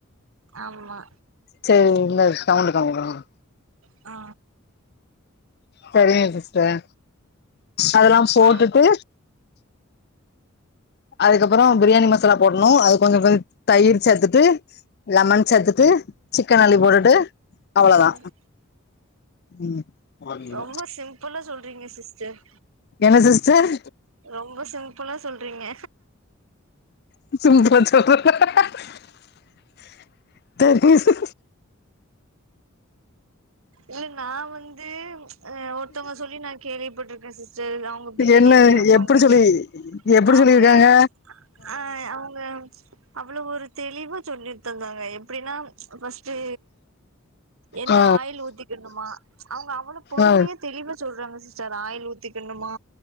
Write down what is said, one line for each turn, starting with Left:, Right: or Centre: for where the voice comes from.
Right: ஆம்மா
Left: சேரி இல்ல சவுண்டு கம்மி பண்ணுங்க
Right: ஆ
Left: சரியா சிஸ்டர் அதெல்லா போட்டுட்டு
Right: ஆ
Left: அதுக்கப்பறோ பிரியாணி மசாலா போட்ணு அது கொஞ்சோ கொஞ்சோ தயிர் சேத்துட்டு லெமன் சேத்துட்டு சிக்கன்
Right: ம்
Left: அள்ளி போட்டுட்டு அவ்வளதா
Right: ம்
Left: ம் போதுமில்ல
Right: ரொம்ப சிம்பிளா சொல்றீங்க சிஸ்டர்
Left: என்ன சிஸ்டர்
Right: ரொம்ப சிம்பிளா சொல்றீங்க
Left: <unintelligible> தெரியுது
Right: இல்ல நா வந்து அ ஒருத்தங்க சொல்லி நா கேள்விப்பட்ருக்கே சிஸ்டர் <unintelligible> அவங்க பிரியாணி
Left: என்ன
Right: எப்படி வெப்பாங்க
Left: எப்டி சொல்லி எப்டி
Right: அவுங்க
Left: சொல்லிருக்காங்க
Right: ஆ அவு ங்க அவ்ளோ ஒரு தெளிவா சொல்லித்தந்தாங்க எப்படின்னா தி என்ன
Left: ஆ
Right: ஆயில் ஊத் கணுமா அவங்க அவ்வளோ பொறுமையா
Left: ஆ
Right: தெளிவா சொல்றாங்க சிஸ்டர் ஆயில் ஊத்திக்கணுமா